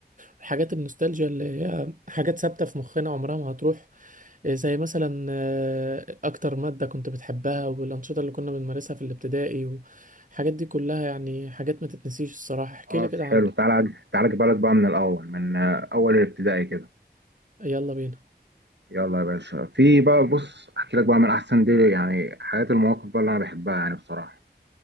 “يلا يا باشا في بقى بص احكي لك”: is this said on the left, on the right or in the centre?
Right